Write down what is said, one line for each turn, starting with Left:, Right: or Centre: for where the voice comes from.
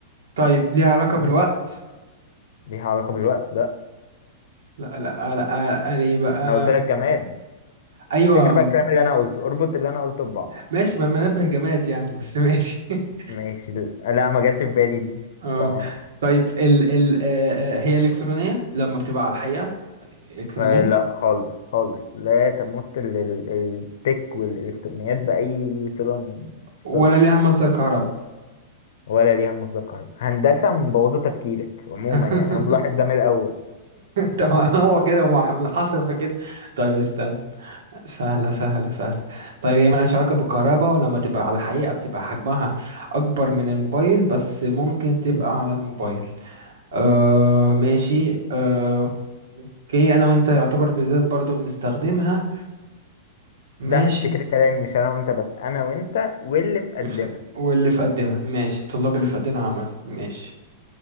Right: طيب ليه علاقة بالوقت
Left: ليها علاقة بالوقت لا
Right: لا لا لا قال ايه بقى
Left: انا قلت لك جماد
Right: ايوه
Left: افتكر بقى
Right: م-
Left: الكلام اللي انا قلته اربط اللي انا قلته ببعضه
Right: ماشي ما منبه جماد يعني بس ماشي <laughs>
Left: ماشي لا ما جاتش في بالي دي
Right: اه
Left: تمام
Right: طيب ال ال آه آه، هي الكترونية لما بتبقى على الحقيقة الكترونية
Left: آه، لا خالص خالص لا تمت ال- ال- التك والالكترونيات باي صله من الصله
Right: ولا ليها مصدر كهرباء
Left: ولا ليها مصدر كهرباء هندسه مبوظه تفكيرك عموما
Right: <laughs>
Left: يعني انا ملاحظ ده من الاول
Right: طب هو كده مح- منحصر في كده طيب استنى سهلة سهلة سهلة طيب هي ملهاش علاقة بالكهرباء ولما تبقى على الحقيقة بتبقى حجمها أكبر من الموبايل بس ممكن تبقى على الموبايل آه ماشي آه اوكي انا وانت يعتبر بالذات برضو بنستخدمها ماشي
Left: لا افتكر كلامي مش انا وانت بس انا وانت واللي في قدنا
Right: ف- واللي في قدنا ماشي الطلاب اللي في قدنا عامة ماشي